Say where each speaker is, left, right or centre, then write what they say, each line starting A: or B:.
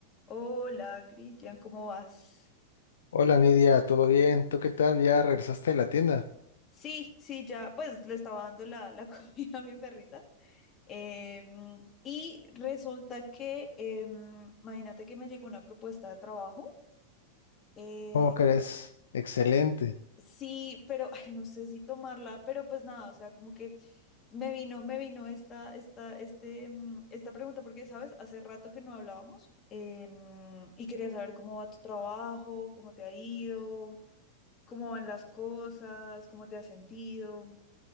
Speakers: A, on the left (about 25°); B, on the left (about 65°).
A: Hola, Cristian, ¿cómo vas?
B: Hola Nidia, ¿todo bien? ¿Tú qué tal? ¿Ya regresaste de la tienda?
A: Sí, sí, ya, pues le estaba dando la, la <laughs> comida a mi perrita. Em, y resulta que, em, imagínate que me llegó una propuesta de trabajo. eh,
B: ¿Cómo crees? Excelente.
A: sí, pero, ay, no sé si tomarla, pero pues nada, o sea, como que me vino, me vino esta, esta, este, em, esta pregunta porque, ¿sabes? Hace rato que no hablábamos em, y quería saber cómo va tu trabajo, cómo te ha ido. cómo van las cosas, cómo te has sentido.